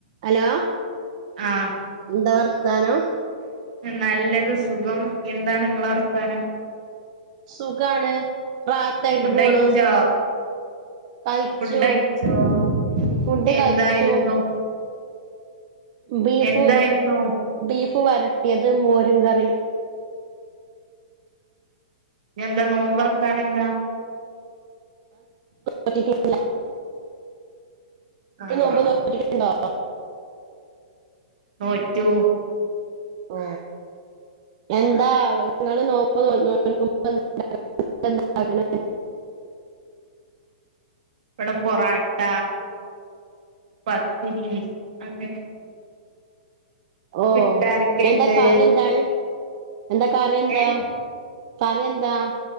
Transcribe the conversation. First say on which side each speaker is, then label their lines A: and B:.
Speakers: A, on the right; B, on the right.
A: Hello
B: ആഹ്
A: ന്താ വർത്താനോം
B: നല്ലത് സുഖം എന്താണ് ഇങ്ങളെ വർത്താനം
A: സുഖാണ് റാത്തായിട്ട്
B: ഫുഡഴിച്ചോ
A: പോണു കഴിച്ചു
B: ഫുഡഴിച്ചോന്ന്
A: ഫുഡ്
B: എന്തായിരുന്നു
A: കഴിച്ചു ബീഫ്
B: എന്തായിരുന്നു
A: ബീഫ് വരട്ടിയത് മോരും കറി
B: എന്താ നോമ്പ് തൊറക്കാനെന്താ?
A: ഒറ്റക്ക് <unintelligible>
B: ആഹ്
A: നിങ്ങൾ നോമ്പ് നോറ്റീട്ടുണ്ടേ
B: നോറ്റു
A: ഓ എന്താ ങ്ങള് നോമ്പ് നോൽക്കുമ്പൊ എന്താണ്ടാക്ക്ണേ
B: വിടെ പൊറാട്ട പത്തിരി അങ്ങനെ
A: ഓ
B: വീട്ടിലാരൊക്കെയുണ്ട്
A: എന്താ കറി എന്താണ്? എന്താ കറി എന്താ
B: ഏഹ്
A: കറി എന്താ?